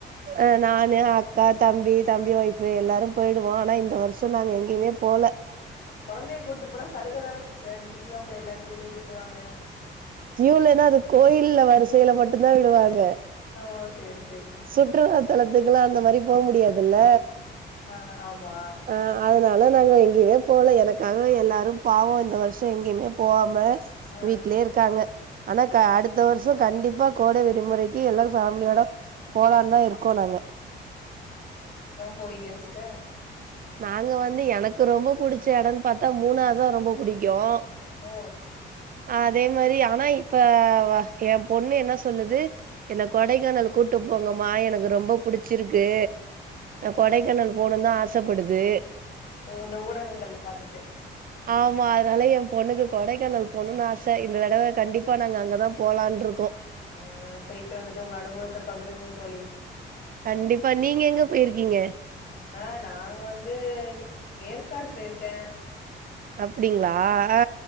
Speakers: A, on the right; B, on the left.
A: ஆ நா னா அக்கா தம்பி தம்பி ஒய்ஃப் பு எல்லாரும் போயிடுவோம் ஆனா இந்த வருஷசோ நாங்க எங்கியுமே போல
B: கொழந்தைய கூட்டு போனா சலுக தான சிஸ்டர் ஈ சியா உங்கள எல்லா கீவ்லயு விட்டுருவாங்க
A: க்யூல்லன்னா அது கோயில்ல வரிசையில மட்டு தான் விடுவாங்க
B: ஓ சேரி சேரி சிஸ்டர்
A: சுற்றுலாத்தலத்துக்குலா இந்த மாரி போ முடியாது இது இல்ல
B: ஆ ஆமா
A: ஆ அத னால நாங்க எங்கியுமே போல எனக்காக எல்லாரும் பாவம் இந்த வருஷோ எங்கியுமே போவா ம
B: ஆ
A: வீட்லே இருக்காங்க ஆனா க அடுத்த வரு ஷோ கண்டிப்பா கோடைவிடுமுறைக்கு எல்லா ஃபேமிலியோட போலான்னு தா இருக்கோ நாங்க
B: போவிங்க சிஸ்டர்
A: நாங்க வந்து எனக்கு ரொம்ப புடிச்ச எடன்னு பாத்தா மூணாருதா ரொம்ப புடிக்கும்
B: ஓ
A: அதே மாரி ஆனா இப்ப என் பொண்ணு என்ன சொல்லுது என்ன கொடைக்கானல் கூட்டு போங்கம்மா எனக்கு ரொம்ப புடிச்சிருக்கு கொடைக்கானல்
B: ஆ
A: போனு தா ஆ சப்படுது
B: ஓ இந்த ஊடகங்கள்ல பாத்துட்டு
A: ஆமா அதனால என் பொண்ணுக்கு கொடைக்கானல் போணுன்னு ஆச இந்த தடவ கண்டிப்பா நாங்க அங்கதான் போலான்ருக்கோ
B: அங்க போயிட்டு வந்துட்டு உங்க அனுபவத்த பகுருங்க தோழி
A: கண்டிப்பா நீங்க எங்க போயிருக்கீங்க
B: ஆ நாங்க வந்து ஏற்காடு போயிருக்கே
A: அப் அப்டிங்களா ஆ